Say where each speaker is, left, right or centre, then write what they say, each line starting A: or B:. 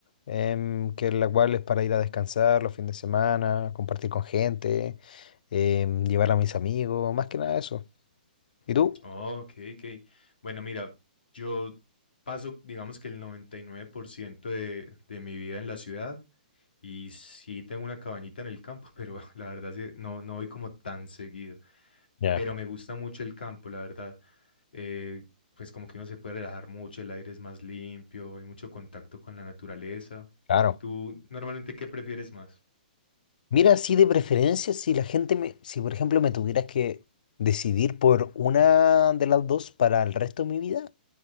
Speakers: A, on the left; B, on the left.
A: em, que es la cual es para ir a descansar los fines de semana, compartir con gente, em, llevar a mis amigos, más que nada eso. ¿Y tú?
B: Oh, ok, ok. Bueno, mira, yo paso, digamos que el 99% de, de mi vida en la ciudad y sí tengo una cabañita en el campo, pero <laughs> la verdad sí, no, no voy como tan seguido.
A: Ya.
B: Pero me gusta mucho el campo, la verdad. Eh, pues como que uno se puede relajar mucho, el aire es más limpio, hay mucho contacto con la naturaleza.
A: Claro.
B: ¿Tú normalmente qué prefieres más?
A: Mira, así de preferencia, si la gente me, si por ejemplo me tuvieras que decidir por una de las dos para el resto de mi vida.